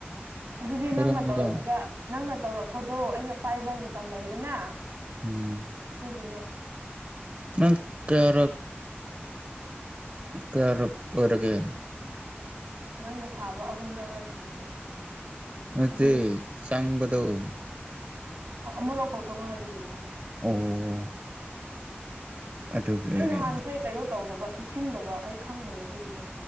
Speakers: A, on the right; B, on the right.
A: ꯑꯗꯨꯗꯤ
B: ꯑꯣꯏꯔꯝꯅꯤꯗ
A: ꯅꯪꯅ ꯇꯧꯔꯛꯄꯗ ꯅꯪꯅ ꯇꯧꯔꯛꯄꯗꯣ ꯑꯩꯅ ꯄꯥꯏꯕ ꯃꯇꯝ ꯂꯩꯗꯅ
B: ꯎꯝ
A: ꯑꯗꯨꯒꯤꯅꯦ
B: ꯅꯪ ꯀꯌꯥꯔꯛ ꯀꯔ ꯑꯣꯏꯔꯒꯦ
A: ꯅꯪꯒ ꯁꯥꯕ ꯑꯍꯨꯝꯂꯛꯅ ꯁꯨꯈ꯭ꯔꯦ
B: ꯅꯠꯇ
A: ꯑꯗꯨꯒꯤꯅꯦ
B: ꯆꯥꯡ ꯠꯇꯧ
A: ꯑꯃꯔꯥꯎ ꯈꯥꯎꯛꯇ ꯉꯥꯏꯔꯤ ꯀꯩꯅꯣ
B: ꯑꯣ ꯑꯗꯨꯒꯤ ꯑꯣꯏꯔꯦ
A: ꯑ ꯅꯍꯥꯟꯈꯩ ꯀꯩꯅꯣ ꯇꯧꯗꯕ ꯄꯤꯁꯤꯟꯗꯕ ꯑꯩ ꯈꯪꯗꯕ ꯑꯗꯨꯒꯤꯗꯣ